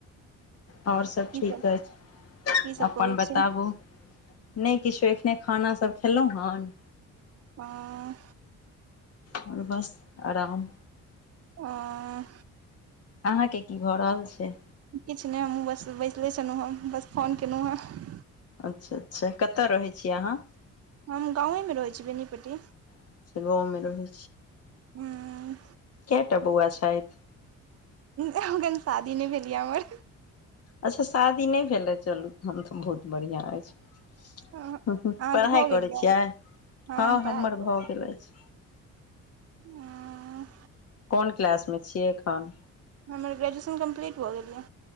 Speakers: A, on the left (about 55°); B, on the right (about 55°).
A: और सभ
B: की
A: ठीक
B: सब
A: अछि
B: की सब
A: अपन
B: करै
A: बताबू?
B: छी
A: नहि किछो एखने खाना सभ खेलहुँ हन।
B: आ
A: और बस आराम
B: आ
A: अहाँकेँ की भऽ रहल छै
B: किछु नहि हमहूँ बस बैसले छलहुँ हं बस फोन केलहुँ हं
A: अच्छा अच्छा कतऽ रहै छियै अहाँ
B: हम गाँव मे रहै छी बेनीपट्टी
A: अच्छा गाँवमे रहै
B: हं
A: केयटा बौआ छथि
B: अखन शादी नहि भेलि यै हमर
A: अच्छा शादी नहि भेलै चलू हम तऽ बहुत बढ़िआँ अछि
B: अहाँके
A: पढ़ाई
B: भऽ गेल
A: करै
B: यए
A: छियै हँ
B: हम पढ़ाइ
A: हमर भऽ गेल अछि
B: हं
A: कोन क्लासमे छियै एखन
B: हमर ग्रेजुएशन कम्प्लीट भऽ गेलि यै